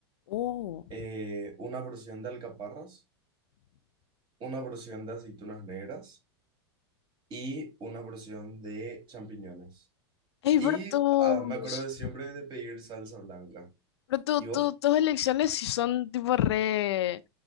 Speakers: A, on the left (about 80°); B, on the right (about 35°).
A: Oh.
B: eh, una porción de alcaparras, una porción de aceitunas negras y una porción de champiñones.
A: Ey,
B: Y
A: pero tus,
B: ah, me acuerdo de siempre de pedir salsa blanca.
A: pero tu-
B: ¿Y
A: tu-
B: vos?
A: tus elecciones sí son tipo re,